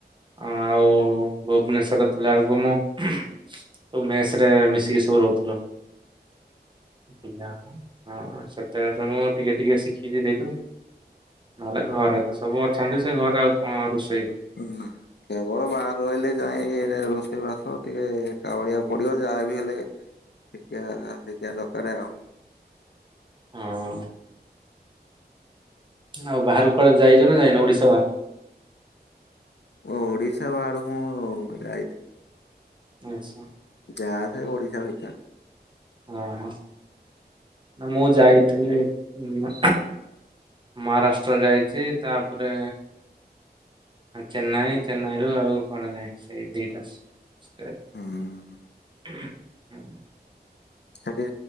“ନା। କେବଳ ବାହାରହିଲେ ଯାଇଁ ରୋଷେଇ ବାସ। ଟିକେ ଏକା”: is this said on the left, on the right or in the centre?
Left